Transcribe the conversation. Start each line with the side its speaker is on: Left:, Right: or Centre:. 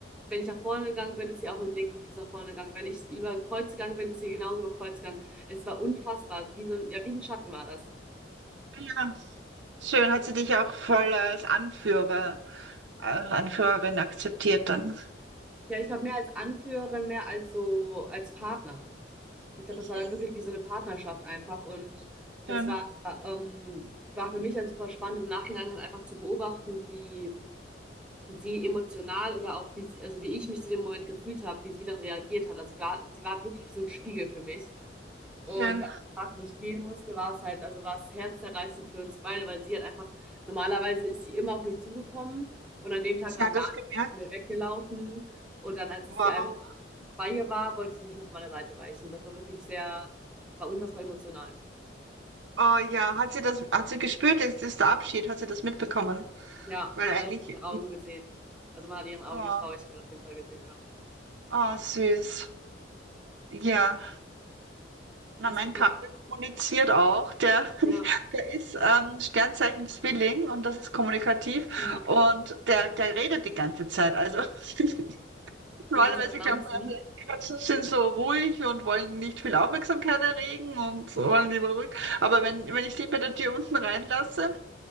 Centre: wenn ich nach vorne gegangen bin, ist sie auch mit dem linken Fuß nach vorne gegangen. Wenn ich über Kreuz gegangen bin, ist sie genauso über Kreuz gegangen. Es war unfassbar. Also Wie so ein, ja, wie ein Schatten war das.
Right: Ah ja. Schön, hat sie dich auch voll als Anführer, äh, Anführerin akzeptiert dann.
Centre: Ja, ich glaube, mehr als Anführerin, mehr als so, als Partner. Ich glaube,
Right: Mhm.
Centre: das war dann wirklich wie so eine Partnerschaft einfach. Und das
Right: Schön,
Centre: war, ähm, war für mich dann super spannend, im Nachhinein halt einfach zu beobachten, wie sie emotional oder auch wie sie, also wie ich mich zu dem Moment gefühlt habe, wie sie dann reagiert hat. Also war, sie war wirklich wie so ein Spiegel für mich. Und
Right: schön.
Centre: am Tag, wo ich gehen musste, war es halt, also war es herzzerreißend für uns beide, weil sie halt einfach, normalerweise ist sie immer auf mich zugekommen und an dem Tag
Right: Sie
Centre: dann
Right: hat
Centre: gar
Right: das
Centre: nicht
Right: gemerkt.
Centre: von mir weggelaufen. Und dann, als ich
Right: Wow.
Centre: sie einmal bei ihr war, wollte sie nicht mehr von meiner Seite weichen. Das war wirklich sehr, war unfassbar emotional.
Right: Oh ja, hat sie das, hat sie gespürt, jetzt ist der Abschied, hat sie das mitbekommen?
Centre: Ja,
Right: Weil
Centre: man
Right: eigentlich,
Centre: hat es in ihren Augen gesehen. Also man hat ihren Augen
Right: oh,
Centre: die Traurigkeit auf jeden Fall gesehen, ja.
Right: oh süß. Ja. Na,
Centre: Hast
Right: mein
Centre: du,
Right: Kater kommuniziert auch. Der, <laughs>
Centre: ja.
Right: der ist ähm, Sternzeichen Zwilling und das ist kommunikativ
Centre: hm.
Right: und der, der redet die ganze Zeit. Also <laughs> Normalerweise
Centre: die ganze Zeit am Bouncen.
Right: glaubt man ja vielleicht, Katzen sind so ruhig und wollen nicht viel Aufmerksamkeit erregen und so wollen lieber ruhig. Aber wenn, wenn ich die bei der Tür unten reinlasse,